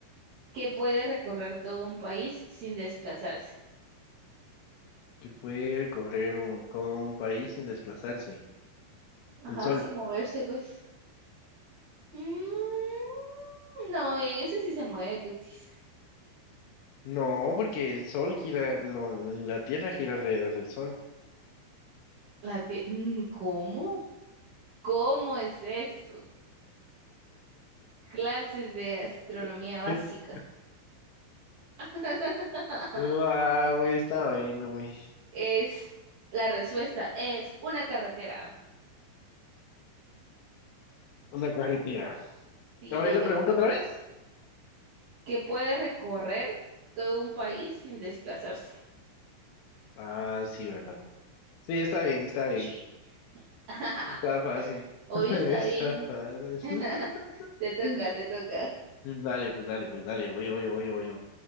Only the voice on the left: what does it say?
Que puede recorrer un, todo un país sin desplazarse.
El sol.
No, porque el sol gira, lo- la tierra gira alrededor del sol.
<laughs>
Wow, güey, está bueno, güey.
Una carretera.
A
ver la
pregunta otra vez.
Ah, sí, verdad. Sí, está bien, está bien.
Está fácil.
<laughs> Está
fácil.
<laughs>
Dale, pues, dale, pues, dale, voy, voy, voy. voy. Voy yo,